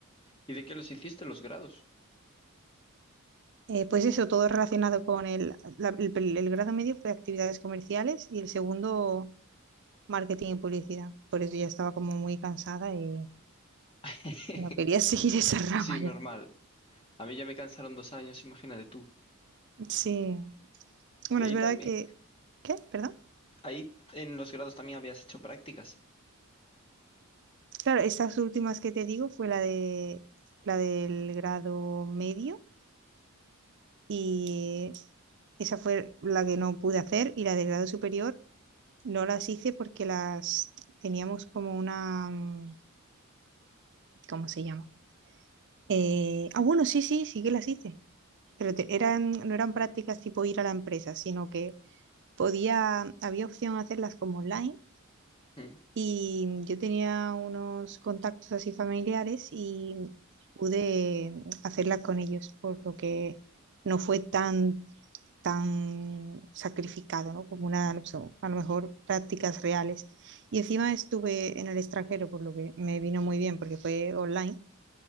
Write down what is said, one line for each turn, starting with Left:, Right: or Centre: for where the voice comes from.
Left: ¿Y de qué los hiciste los grados?
Right: Eh, pues eso, todo relacionado con el, la- el, el grado medio fue actividades comerciales y el segundo marketing y publicidad. Por eso ya estaba como muy cansada y
Left: <laughs>
Right: no quería <laughs> seguir esa rama
Left: Sí, normal.
Right: ya.
Left: A mí ya me cansaron dos años, imagínate tú.
Right: Sí. Bueno,
Left: Y ahí
Right: es verdad
Left: también,
Right: que... ¿Qué? ¿Perdón?
Left: ahí en los grados también habías hecho prácticas.
Right: Claro, estas últimas que te digo fue la de la del grado medio y esa fue la que no pude hacer y la del grado superior no las hice porque las teníamos como una, mm, ¿cómo se llama? Eh, ah, bueno, sí, sí, sí que las hice, pero te- eran, no eran prácticas tipo ir a la empresa, sino que podía, había opción a hacerlas como online
Left: Mm,
Right: Y yo tenía unos contactos así familiares y pude hacerla con ellos, por lo que no fue tan, tan sacrificado, ¿no? Como una, opción, a lo mejor prácticas reales. Y encima estuve en el extranjero, por lo que me vino muy bien, porque fue online,